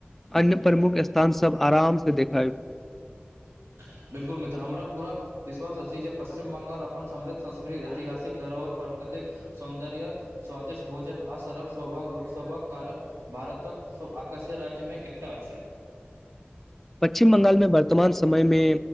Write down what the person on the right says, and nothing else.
<inaudible> बिल्कुल मित्र हमरा पूरा विश्वास अछि जे पश्चिम बंगाल अपन समृद्ध संस्कृति ऐतिहासिक धरोहर पर अधिक सौन्दर्य स्वादिष्ट भोजन आ सरल स्वभाव लोकसभक कारण भारतक स्व आकाशे राज्यमे एकटा अछि